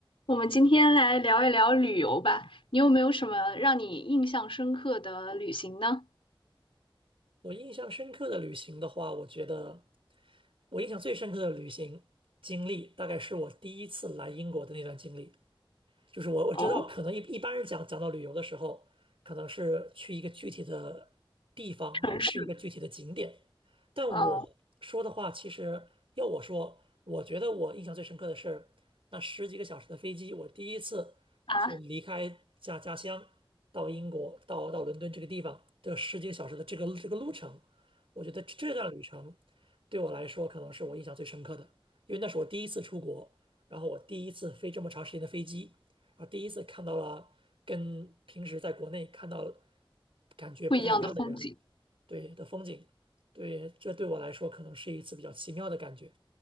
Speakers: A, on the left (about 75°); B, on the right (about 75°).
A: 我们今天来聊一聊旅游吧。你有没有什么让你印象深刻的旅行呢？
B: 我印象深刻的旅行的话，我觉得我印象最深刻的旅行经历，大概是我第一次来英国的那段经历。就是我我知道，
A: 哦，
B: 可能一一般人讲讲到旅游的时候，可能是去一个具体的地方，
A: 城市，
B: 然后去一个具体的景点。但我说的话，
A: 嗯
B: 其实要我说，我觉得我印象最深刻的是那十几个小时的飞机，我第一次就离开家家乡到英国，
A: 啊，
B: 到到伦敦这个地方的十几个小时的这个这个路程，我觉得这段旅程对我来说可能是我印象最深刻的，因为那是我第一次出国，然后我第一次飞这么长时间的飞机。然后第一次看到了跟平时在国内看到感觉不太一样的人，
A: 不一样的风景。
B: 对的风景，对，这对我来说可能是一次比较奇妙的感觉。